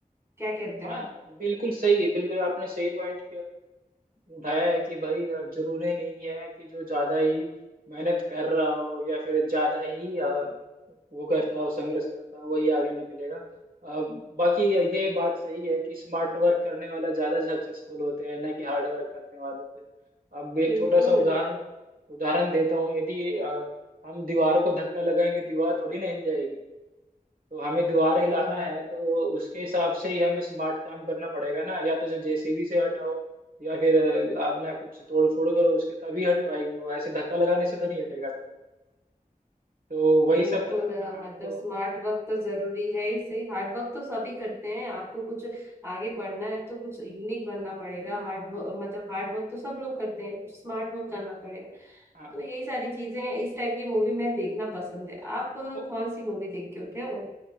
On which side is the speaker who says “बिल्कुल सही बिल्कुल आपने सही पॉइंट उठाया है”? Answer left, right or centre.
Right